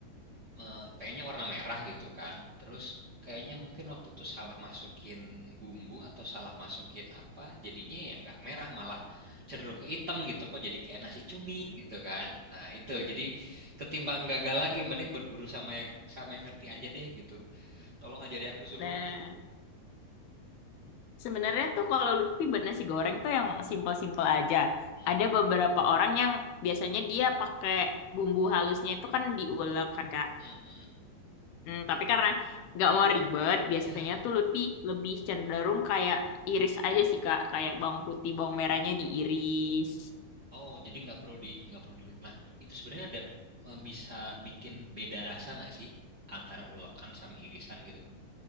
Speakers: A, on the right (about 40°); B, on the left (about 75°).
A: me- pengennya warna merah gitu kan. Terus kayaknya mungkin waktu itu salah masukin bumbu atau salah masukin apa, jadinya ya nggak merah malah cenderung ke hitam gitu kok jadi kayak nasi cumi gitu kan. Nah, itu jadi ketimbang gagal lagi mending berguru sama yang sama yang ngerti aja deh gitu. Tolong ajari aku suhu.
B: Nah, sebenarnya tuh kalau Lutfi buat nasi goreng tuh yang simple-simple aja.
A: Mm,
B: Ada beberapa orang yang biasanya dia pakai bumbu halusnya itu kan diulek kan, Kak.
A: mm, mm.
B: Hmm, tapi karena nggak mau ribet, biasanya
A: Ya,
B: tuh Lutfi lebih cenderung kayak iris aja sih Kak, kayak bawang putih, bawang merahnya diiris.
A: oh jadi nggak perlu di nggak perlu diulek. Nah, itu sebenarnya ada eh, bisa bikin beda rasa nggak sih antara ulekan sama irisan gitu?